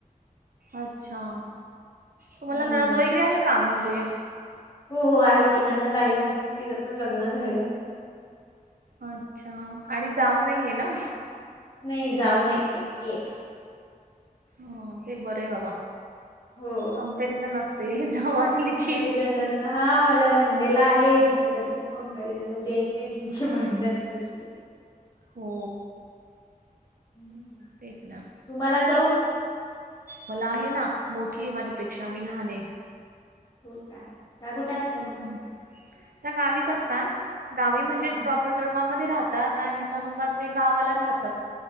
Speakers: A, on the right; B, on the left.
A: अच्छा तुम्हांला
B: हम्म.
A: नणद वगैरे आहे का म्हणजे
B: हो हो आहे की नणंद आहे. तिज पण लग्न झालंय.
A: अच्छा आणि जाऊ नाहीये ना?
B: नई जाऊ नय एकटी ये.
A: हो ते बरंयं बाबा
B: हो
A: कंमपॅरिझन असते जाऊ असली
B: कम्पॅरिझन
A: की,
B: नसता हा माझ्या नंदेला आहे त्यांच्या तर खूप कंपॅरिझन म्हणजे एकमेकीची भांडणच नुसती
A: हो
B: <unintelligible>
A: तेच ना
B: तुम्हांला जाऊ
A: मला आहे ना मोठी आहे माझ्यापेक्षा मी लहान आहे
B: हो का त्या का कुठे असतात
A: हम्म
B: मग
A: त्या गावीच असतात गावी म्हणजे
B: हां हां
A: चप पर जळगाव मध्ये राहतात आणि सासू, सासरे गावाला राहतात